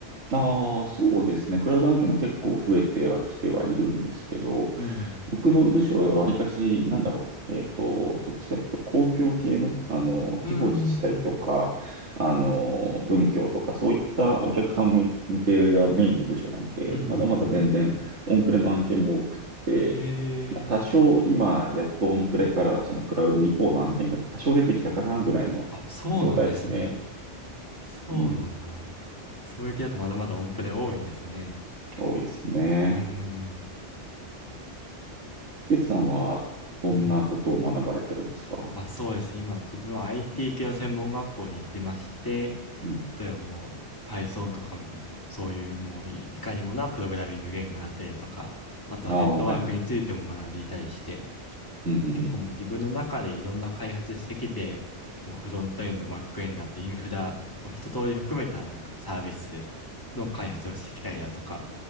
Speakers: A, on the right; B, on the left.
A: ああ、そうですね。クラウド案件も結構増えてはきてはいるんですけど、
B: うん、
A: 僕の部署はわりかし、なんだろう。えっと、どっちかというと公共系の、あの、
B: うー
A: 地方自治体とか、
B: ん、
A: あの、文教とか、そういったお客さん向向けがメインの部署なんで、
B: うん。
A: まだまだ全然オンプレの案件も多くって、
B: へ
A: まあ、多少今、
B: え、
A: やっとオンプレからそのクラウド以降の案件が多少出てきたかなぐらいの
B: あ、そうなんですね。
A: 状態ですね。
B: そうなんだ。
A: うん、
B: そういう系だとまだまだ音符で多いんですね。
A: 多いですね。
B: うーん。
A: リツさんはどんなことを学ばれてるんですか
B: うん。あ、そうです。今、自分は IT 系の専門学校に行ってまして、
A: うん。
B: 例えばもう Python とか、そういうもういいかにもなプログラミング言語だったりだとか、あとはネットワークについても学んでいたりして、
A: ああ、はいはい。うんうんうん。
B: 結構もう自分の中でいろんな開発してきて、もうフロントエンド、バックエンド、あとインフラを一通り含めたなんかサービスの開発をしてきたりだとか、